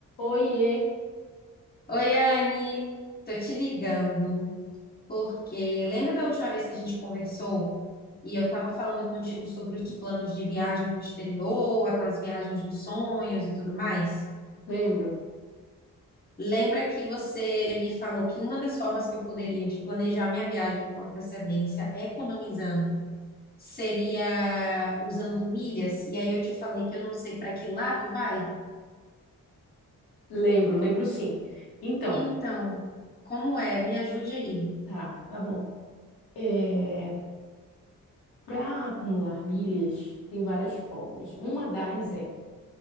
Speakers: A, on the left (about 80°); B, on the left (about 25°).
A: Oiê,
B: Oi, Anne, tô te ligando porque lembra da última vez que a gente conversou e eu tava falando contigo sobre os planos de viagem para o exterior, aquelas viagens dos sonhos e tudo mais?
A: lembro,
B: Lembra que você me falou que uma das formas que eu poderia de planejar minha viagem com antecedência, economizando, seria usando milhas? E aí eu te falei que eu não sei para que lado vai?
A: lembro, lembro sim. Então,
B: Então, como é? Me ajude aí.
A: tá, tá bom. É, para acumular milhas, tem várias formas. Uma das é